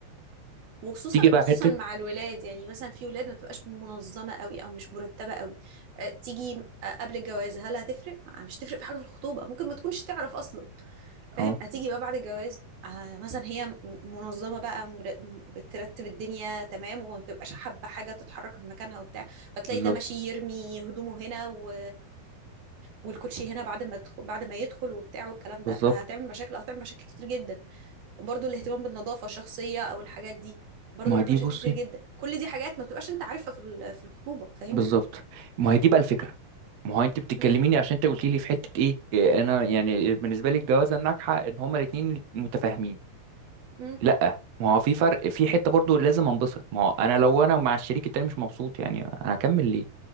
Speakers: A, on the right; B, on the right.
A: وخصوصا
B: تيجي بقى
A: خصوصا
B: حتة
A: مع الولاد يعني مثلا في ولاد ما تبقاش منظمه قوي او مش مرتبه قوي أه، تيجي أه، قبل الجواز هل هتفرق آه، مش تفرق في حاجه في الخطوبه ممكن ما تكونش تعرف اصلا فاهم
B: اه
A: هتيجي بقى بعد الجواز آه مثلا هي م- منظمه بقى مر- بترتب الدنيا تمام وما بتبقاش حابه حاجه تتحرك من مكانها وبتاع فتلاقي
B: بالظبط
A: ده ماشي يرمي هدومه هنا و... والكوتشي هنا بعد ما تدخل بعد ما يدخل وبتاع والكلام
B: بالظبط
A: ده هتعمل مشاكل هتعمل مشاكل كتير جدا برضو الاهتمام بالنظافة الشخصية او الحاجات دي برضو
B: ما
A: بيعمل
B: دي
A: مشاكل
B: بصي
A: كتير جدا كل دي حاجات ما بتبقاش انت عارفها في ال- في الخطوبة فاهمني
B: بالظبط ما هي دي بقى الفكره ما هو انت بتتكلميني
A: مم.
B: عشان انت قلت لي في حته ايه إيه، انا يعني بالنسبه لي الجوازه الناجحه ان هما الاثنين متفاهمين
A: مم.
B: لا ما هو في فرق في حته برضو لازم انبسط ما هو انا لو انا مع الشريك التاني مش مبسوط يعني انا هكمل ليه